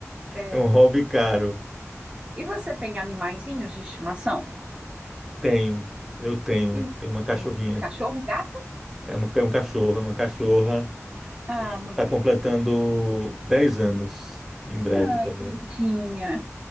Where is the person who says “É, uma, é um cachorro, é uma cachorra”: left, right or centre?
Centre